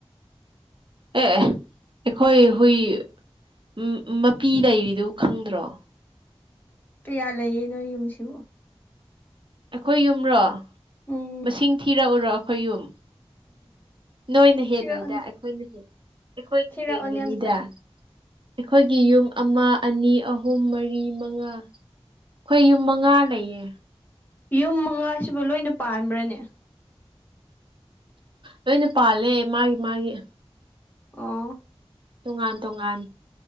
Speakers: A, on the right; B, on the left.
A: ꯑꯦ ꯑꯩꯈꯣꯏ
B: ꯑꯦ
A: ꯍꯨꯏ ꯎ ꯃꯄꯤ ꯂꯩꯔꯤꯗꯨ ꯈꯪꯗ꯭ꯔꯣ
B: ꯀꯌꯥ ꯂꯩꯌꯦ ꯅꯣꯏ ꯌꯨꯝꯁꯤꯕꯨ
A: ꯑꯩꯈꯣꯏ ꯌꯨꯝꯔꯣ
B: ꯎꯝ
A: ꯃꯁꯤꯡ ꯊꯤꯔꯛꯎꯔꯣ ꯑꯩꯈꯣꯏ ꯌꯨꯝ ꯅꯣꯏꯅ ꯍꯦꯜꯂꯣꯏꯗ
B: ꯊꯤꯔꯛꯑꯣꯅꯦ
A: ꯑꯩꯈꯣꯏꯅ ꯍꯦꯜꯂ ꯑꯩꯈꯣꯏꯅ
B: ꯊꯤꯔꯛꯑꯣꯅꯦ
A: ꯍꯦꯟꯒꯅꯤꯗ
B: ꯑꯝꯇ
A: ꯑꯩꯈꯣꯏꯒꯤ ꯌꯨꯝ ꯑꯃ ꯑꯅꯤ ꯑꯍꯨꯝ ꯃꯔꯤ ꯃꯉꯥ ꯑꯩꯈꯣꯏ ꯌꯨꯝ ꯃꯉꯥ ꯂꯩꯌꯦ
B: ꯌꯨꯝ ꯃꯉꯥꯁꯤꯕꯨ ꯂꯣꯏꯅ ꯄꯥꯟꯕ꯭ꯔꯅꯦ
A: ꯂꯣꯏꯅ ꯄꯥꯜꯂꯦ ꯃꯥꯒꯤ ꯃꯥꯒꯤ
B: ꯑꯣ
A: ꯇꯣꯉꯥꯟ ꯇꯣꯉꯥꯟ